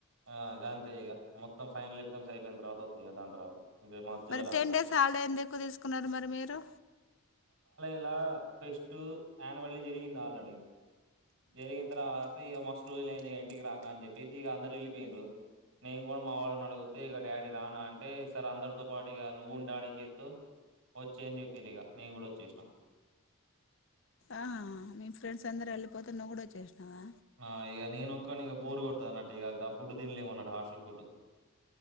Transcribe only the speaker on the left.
మరి
టెన్ డేస్ హాలిడే ఎందుకు తీసుకున్నారు మరి మీరు.
ఆహ్ మీ ఫ్రెండ్స్ అందరు వెళ్ళిపోతే నువ్వు కూడా వచ్చేసినావా.